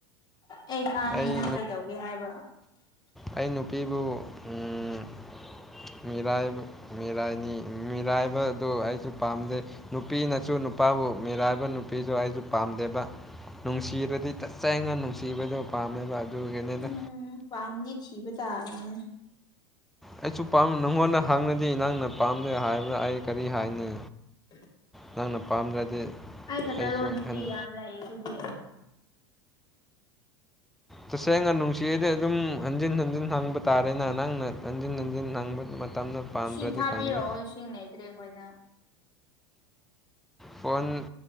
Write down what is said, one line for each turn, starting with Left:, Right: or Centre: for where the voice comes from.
Left: ꯑꯩ ꯉꯥꯡꯉꯦ
Centre: ꯑꯩ
Left: ꯅꯪ ꯀꯩꯗꯧꯒꯦ ꯍꯥꯏꯕ
Centre: ꯑꯩ ꯅꯨꯄꯤꯕꯨ <unintelligible> ꯃꯤꯔꯥꯏꯕ ꯃꯤꯔꯥꯏꯅꯤ ꯃꯤꯔꯥꯏꯕꯗꯨ ꯑꯩꯁꯨ ꯄꯥꯝꯖꯩ ꯅꯨꯄꯤꯅꯁꯨ ꯅꯨꯄꯥꯕꯨ ꯃꯤꯔꯥꯏꯕ ꯅꯨꯄꯤꯁꯨ ꯑꯩꯁꯨ ꯄꯥꯝꯗꯦꯕ ꯅꯨꯡꯁꯤꯔꯗꯤ <unintelligible> ꯆꯁ‌ꯦꯡꯅ ꯅꯨꯡꯁꯤꯕꯗꯨ ꯄꯥꯝꯃꯦꯕ ꯑꯗꯨꯒꯤꯅꯤꯗ
Left: ꯎꯝ ꯄꯥꯝꯗꯤ ꯊꯤꯕ ꯇꯥꯔꯅꯤꯅꯦ
Centre: ꯑꯩꯁꯨ ꯄꯥꯝꯕ ꯅꯪꯉꯣꯟꯗ ꯍꯪꯅꯗꯤ ꯅꯪꯅ ꯄꯥꯝꯗꯦ ꯍꯥꯏꯕꯥ ꯑꯩ ꯀꯔꯤ ꯍꯥꯏꯅꯤ
Left: ꯄ <inaudible>
Centre: ꯅꯪꯅ ꯄꯥꯝꯗ꯭ꯔꯗꯤ
Left: ꯑꯩ ꯈꯛꯇꯔꯣ
Centre: ꯑꯩꯁꯨ
Left: ꯅꯨꯄꯤ
Centre: ꯍꯟ
Left: ꯌꯥꯝ ꯂꯩ ꯑꯗꯨꯗꯤ
Centre: ꯇꯁꯦꯡꯅ ꯅꯨꯡꯁꯤꯔꯗꯤ ꯑꯗꯨꯝ ꯍꯟꯖꯤꯟ ꯍꯟꯖꯤꯟ ꯍꯪꯕ ꯇꯥꯔꯦꯅ ꯅꯪꯅ ꯍꯟꯖꯤꯟ ꯍꯟꯖꯤꯟ ꯅꯪꯕ ꯃꯇꯝꯗ ꯄꯥꯝꯗ꯭ꯔꯗꯤ
Left: ꯏꯁꯤꯡ ꯊꯥꯕꯤꯔꯛꯑꯣ
Centre: ꯈꯪꯗꯦ
Left: ꯏꯁꯤꯡ ꯂꯩꯗ꯭ꯔꯦ ꯑꯩꯈꯣꯏꯗ
Centre: ꯐꯣꯟ